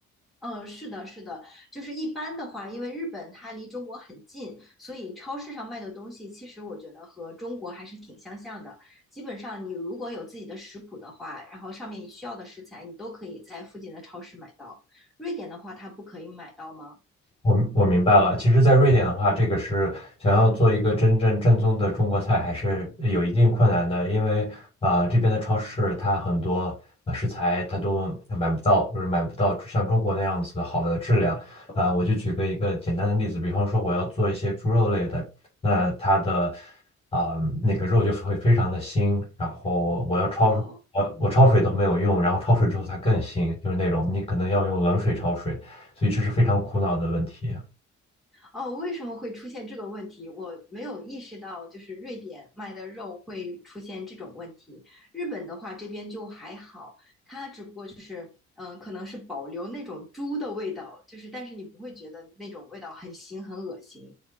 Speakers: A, in the centre; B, on the left.
A: 嗯，是的，是的，就是一般的话，因为日本它离中国很近，所以超市上卖的东西，其实我觉得和中国还是挺相像的。基本上，你如果有自己的食谱的话，然后上面你需要的食材，你都可以在附近的超市买到。瑞典的话，它不可以买到吗？
B: 我我明白了，其实，在瑞典的话，这个是想要做一个真正正宗的中国菜，还是有一定困难的，因为啊、呃这边的超市它很多呃食材它都买不到，或者买不到像中国那样子好的质量。啊、我就举个一个简单的例子，比方说我要做一些猪肉类的，那它的啊、那个肉就是会非常的腥，然后我要焯，
A: 哦，
B: 我我焯水都没有用，然后焯水之后它更腥，就是那种你可能要用冷水焯水。所以这是非常苦恼的问题。
A: 哦，为什么会出现这个问题？我没有意识到，就是瑞典卖的肉会出现这种问题。日本的话，这边就还好，它只不过就是，嗯，可能是保留那种猪的味道，就是，但是你不会觉得那种味道很腥很恶心。